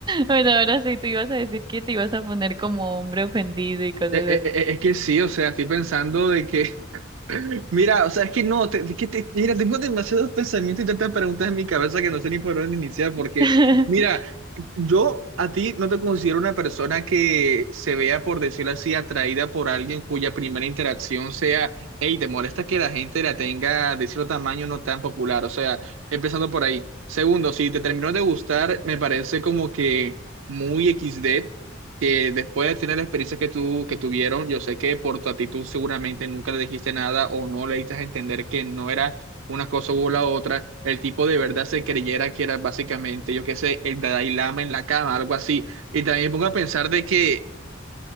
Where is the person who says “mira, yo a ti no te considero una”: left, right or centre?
Right